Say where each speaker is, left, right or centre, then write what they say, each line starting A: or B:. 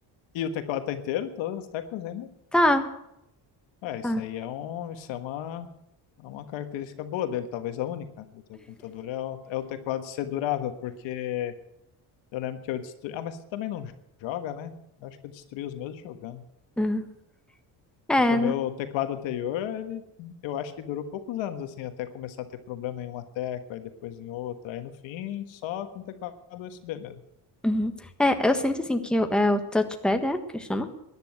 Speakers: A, on the left; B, in the centre.
A: E o teclado tá inteiro? Todas as teclas ainda?
B: Tá,
A: É,
B: tá.
A: isso aí é um, isso é uma É uma característica boa dele, talvez a única do teu computador é o, é o teclado ser durável, porque eu lembro que eu destruí. Ah, mas tu também não joga, né? Eu acho que eu destruí os meus jogando.
B: Uhum. É,
A: Porque o
B: né?
A: meu teclado anterior, ele, eu acho que durou poucos anos, assim, até começar a ter problema em uma tecla, e depois em outra, aí no fim, só com teclado USB mesmo.
B: Uhum. É, eu sinto assim que o- é o touchpad, é que chama?